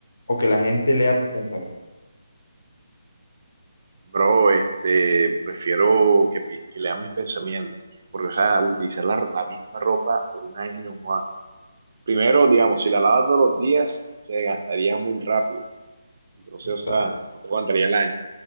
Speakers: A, on the left (about 65°); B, on the right (about 45°).
A: o que la gente lea tus pensamientos?
B: Bro, este, prefiero que, pi- que lea mis pensamientos, porque, o sea, utilizar la, la misma ropa por un año, joda, primero, digamos, si la lavas todos los días, se gastaría muy rápido. Entonces, o sea,
A: Dark.
B: no te aguantaría el año.